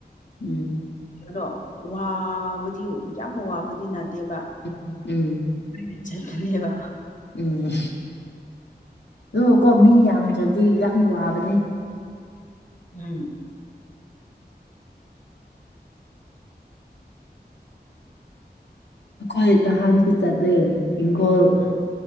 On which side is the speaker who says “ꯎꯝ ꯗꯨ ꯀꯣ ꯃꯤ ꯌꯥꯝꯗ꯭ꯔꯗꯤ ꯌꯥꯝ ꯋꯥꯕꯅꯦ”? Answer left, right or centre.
Left